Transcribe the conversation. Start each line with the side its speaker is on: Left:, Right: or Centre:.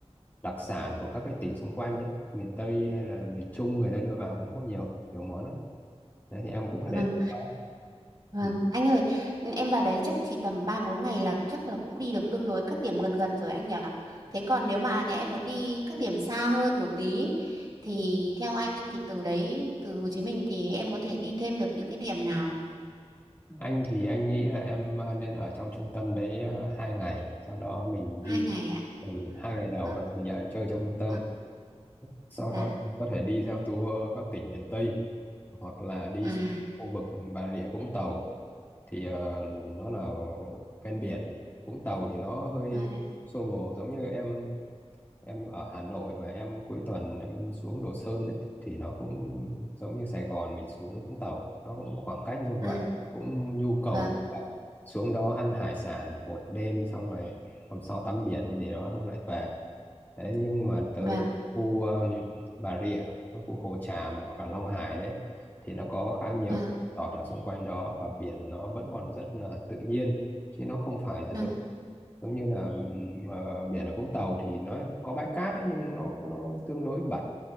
Left: đặc sản của các cái tỉnh xung quanh ấy miền Tây hay là miền Trung người ta đưa vào cũng có nhiều nhiều món lắm đấy thì em cũng có
Right: Vâng.
Left: thể đó
Right: Vâng.
Left: ừ.
Right: Anh ơi, em vào đấy chắc chỉ tầm 3 4 ngày là chắc là cũng đi được tương đối các điểm gần gần rồi anh nhỉ? Thế còn nếu mà nhà em muốn đi các điểm xa hơn một tí thì theo anh thì từ đấy từ Hồ Chí Minh thì em có thể đi thêm được những cái điểm nào?
Left: anh thì anh nghĩ là em ờ, nên ở trong trung tâm đấy ờ, hai ngày sau đó mình đi
Right: Hai ngày ạ.
Left: ừ, hai ngày đầu
Right: Vâng.
Left: đó mình ở chơi trong trung tâm
Right: Vâng.
Left: sau
Right: Dạ.
Left: đó có thể đi theo tour các tỉnh miền Tây hoặc là đi
Right: À
Left: xuống khu vực Bà Rịa Vũng Tàu thì ờ, nó là ven biển Vũng Tàu thì nó hơi
Right: Vâng,
Left: xô bồ giống như em em ở Hà Nội mà em cuối tuần em xuống Đồ Sơn ấy, thì nó cũng giống như Sài Gòn mình xuống Vũng Tàu nó cũng khoảng cách như vậy
Right: à,
Left: nó cũng nhu cầu
Right: vâng,
Left: như vậy. xuống đó ăn hải sản một đêm xong rồi hôm sau tắm biển hay gì đó xong lại về Đấy, nhưng mà tới
Right: vâng,
Left: khu um, Bà Rịa, các khu Hồ Tràm hoặc là Long Hải đấy thì nó có khá nhiều
Right: vâng,
Left: cái resort ở xung quanh đó và biển nó vẫn còn rất là tự nhiên chứ nó không phải là
Right: vâng,
Left: giống giống như là ừm, ờ, biển ở Vũng Tàu thì nó có bãi cát đấy nhưng nó, nó tương đối bẩn